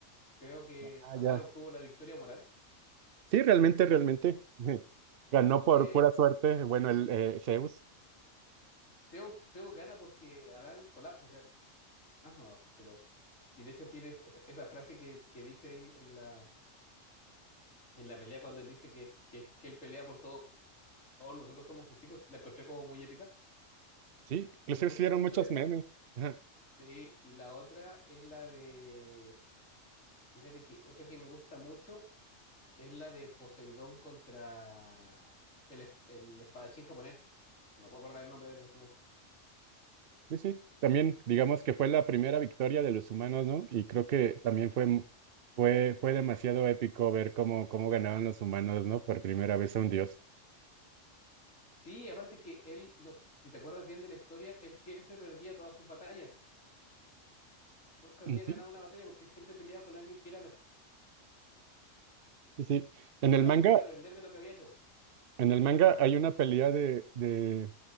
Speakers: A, on the left; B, on the right.
A: Creo que
B: Ah
A: Adán
B: ya.
A: obtuvo la victoria moral.
B: Sí, realmente, realmente. <laughs> Ganó por
A: Eh,
B: pura suerte, bueno, el eh, Zeus.
A: Zeus, Zeus gana porque Adán colapsa. más nomás, pero... Y de hecho tienes esa, esa frase que, que dice en, en la, en la pelea cuando él dice que, que, que él pelea por todo- todos, nosotros somos sus hijos, la encontré como muy épica.
B: Sí, inclusive
A: Me gusta
B: hicieron
A: mucho
B: muchos
A: esa,
B: memes. Ajá.
A: sí, y la otra es la de, fíjate que otra que me gusta mucho es la de Poseidón contra el, es- el espadachín japonés. No me puedo acordar el nombre de él en este momento.
B: Sí, sí. También, digamos que fue la primera victoria de los humanos, ¿no? Y creo que también fue, m- fue, fue demasiado épico ver cómo, cómo ganaban los humanos, ¿no? Por primera vez a un dios.
A: Sí, aparte que él, no, si te acuerdas bien de la historia, él siempre perdía todas sus batallas. Nunca había
B: Sí,
A: ganado una batalla porque él siempre peleaba con alguien que era mejor
B: sí, sí. En
A: para
B: el manga,
A: poder aprender de lo que había hecho.
B: en el manga hay una pelea de, de,